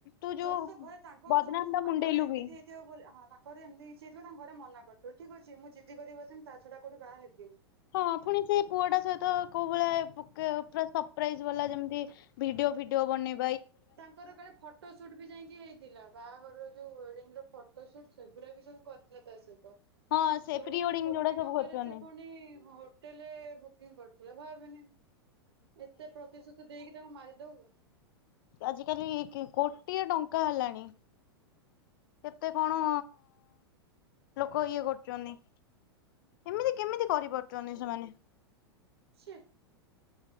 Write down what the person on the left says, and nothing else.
ତୁ
ଯୋଉ
ବଦନାମ
ଟା
ମୁଣ୍ଡେଇଲୁ
ବି
ହଁ ପୁଣି ସେଇ ପୁଅ ଟା ସହିତ କୋଉ ଭଳିଆ ପ ପୁରା ସରପ୍ରାଇଜ କଲା ଯେମିତି ଭିଡିଓ ଭିଡିଓ ବନେଇ
ହଁ ସେ
ପ୍ରି ୱେଡିଙ୍ଗ
ଯୋଉଟା ସବୁ
କରୁଛନ୍ତି।
ଆଜି କାଲି କି କୋଟିଏ ଟଙ୍କା ହେଲାଣି କେତେ କଣ ଲୋକ ଇଏ କରୁଛନ୍ତି। ଏମିତି କେମିତି କରିପାରୁଛନ୍ତି ସେମାନେ